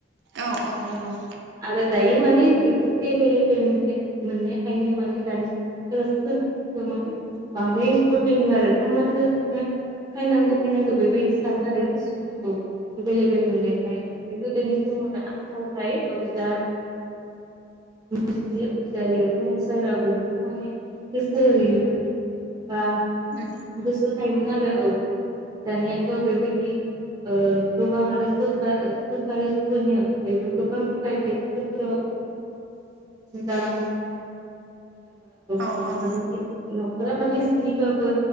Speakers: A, on the right; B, on the right.
A: औ औ नंगौ
B: आरो दायो माने बेफोरखौो एभेलेबेल मोननायखायनो माने दानिसिम <unintelligible> मे बांद्राय इम्परटेन्ट आरो थांनांगौ थांनो फैनांगौ फैनांगौ बेबायदि सानो आरो किसुमाना औ एभेलेबल मोननायखाय ओमफ्राय गोदोनि समाव आं ओमफाय औ दा बुजलि फसारला बेफोरखौ माने स मानि बा
A: उ
B: गोसोआव थायोमोन आरो औ दानियाथ' बेबायदि गोबां आरो सरकारि स्कुलनि अनगायैबो गोबां प्राइभेट स्कुलफोराव जालां जेनेबा
A: औ औ
B: न'खरा माने स्निबाबो